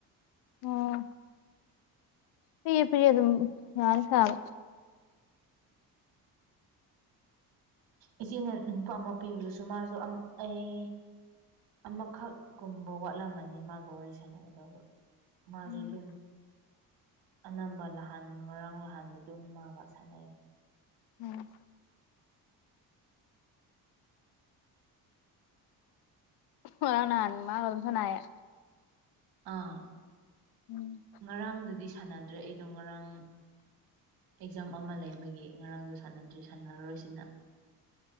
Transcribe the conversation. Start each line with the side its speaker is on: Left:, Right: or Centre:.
Left: ꯑꯣ꯬꯬ ꯄꯤꯔꯦ ꯄꯤꯔꯦ ꯑꯗꯨꯝ ꯌꯥꯅꯤ ꯁꯥꯕ
Right: ꯏꯆꯦꯅ ꯅꯨꯄꯥ ꯑꯃ ꯄꯤꯕꯗꯨꯁꯨ ꯃꯥꯁꯨ ꯑꯝ ꯑꯩ ꯑꯃꯈꯛꯒꯨꯝꯕ ꯋꯥꯠꯂꯝꯃꯅꯤ ꯃꯥꯒ ꯋꯥꯔꯤ ꯁꯥꯟꯅꯒꯗꯧꯕ ꯃꯥꯖꯨ
Left: ꯎꯝ
Right: ꯗꯨꯝ ꯑꯅꯝꯕ ꯅꯍꯥꯟ ꯉꯔꯥꯡ ꯅꯍꯥꯟꯗꯣ ꯗꯨꯝ ꯃꯥꯒ ꯁꯥꯟꯅꯩ
Left: ꯎꯝ ꯅꯔꯥꯡ ꯅꯍꯥꯟ ꯃꯥꯒ ꯗꯨꯝ ꯁꯥꯅꯩꯌꯦ
Right: ꯑꯥ
Left: ꯎꯝ
Right: ꯉꯔꯥꯡꯗꯨꯗꯤ ꯁꯥꯟꯅꯗ꯭ꯔꯦ ꯑꯩꯗꯣ ꯉꯔꯥꯡ ꯑꯦꯛꯖꯥꯝ ꯑꯃ ꯂꯩꯕꯒꯤ ꯉꯔꯥꯡꯗꯣ ꯁꯥꯟꯅꯗ꯭ꯔꯤ ꯁꯥꯟꯅꯔꯔꯣꯏꯁꯤꯅ